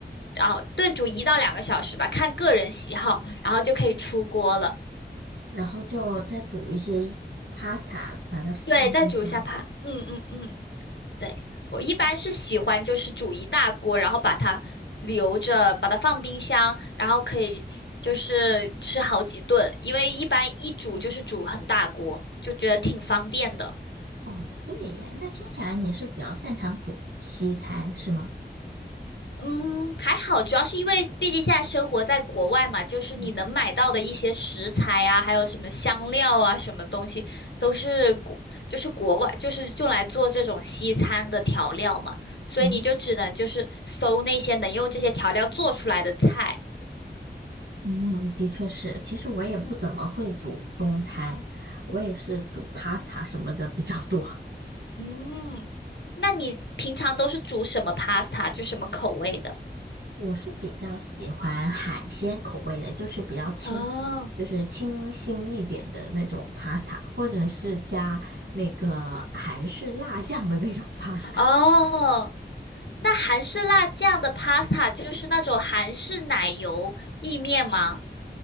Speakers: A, on the left; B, on the right.
A: 然后炖煮一到两个小时吧，看个人喜好，然后就可以出锅了。
B: 然后就再煮一些 pasta，把它放进去吗？
A: 对，再煮一下它。嗯嗯嗯，对，我一般是喜欢就是煮一大锅，然后把它留着，把它放冰箱，然后可以就是吃好几顿，因为一般一煮就是煮很大锅，就觉得挺方便的。
B: 哦，对耶，那听起来你是比较擅长煮西餐，是吗？
A: 嗯，还好，主要是因为毕竟现在生活在国外嘛，就是你能买到的一些食材啊，
B: 嗯
A: 还有什么香料啊，什么东西都是国，就是国外，就是用来做这种西餐的调料嘛，所以你就只能就是搜那些能用这些调料做出来的菜。
B: 嗯嗯，的确是。其实我也不怎么会煮中餐，
A: 嗯
B: 我也是煮 pasta 什么的比较多。
A: 嗯，那你平常都是煮什么 pasta，就什么口味的？
B: 我是比较喜欢海鲜口味的，就是比较清，
A: 哦
B: 就是清新一点的那种 pasta，或者是加那个韩式辣酱的那种 <laughs> pasta。
A: 哦，那韩式辣酱的 pasta 就是那种韩式奶油意面吗？